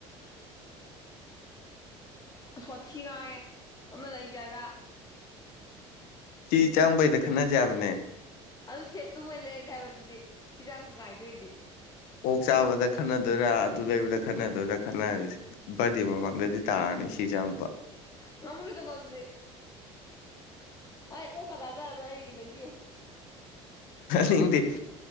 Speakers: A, on the left; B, on the left.
A: ꯁꯣꯊꯤ ꯉꯥꯏꯔꯦ ꯑꯃ ꯂꯩꯖꯕ
B: ꯆ ꯆꯥꯡꯕꯩꯗ ꯈꯠꯅꯖ ꯍꯥꯏꯕꯅꯦ
A: ꯑꯗꯨ ꯁꯦꯠꯇꯨ ꯃꯣꯏ ꯂꯩꯔꯁꯦ ꯍꯥꯏꯕꯗꯨꯗꯤ ꯁꯤ ꯆꯥꯡ ꯉꯥꯏꯗꯣꯏꯗꯤ
B: ꯑꯣꯛ ꯆꯥꯕꯗ ꯈꯠꯟꯅꯗꯣꯏꯔꯥ ꯑꯗꯨ ꯂꯩꯕꯗ ꯈꯠꯟꯅꯗꯣꯏꯔꯥ ꯈꯟꯅꯔꯁꯤ ꯕꯥꯔꯗꯦ ꯃꯃꯥꯡꯗꯗꯤ ꯇꯥꯔꯅꯤ ꯁꯤ ꯆꯉꯛꯄꯥ
A: ꯉꯃ ꯅ ꯆꯂ ꯑꯗꯨꯗꯤ ꯑꯩ ꯑꯣ ꯀ ꯇꯥꯖꯔꯣꯏ ꯑꯩ ꯂꯩꯕꯤꯌꯣ
B: ꯅꯤꯡꯗꯦ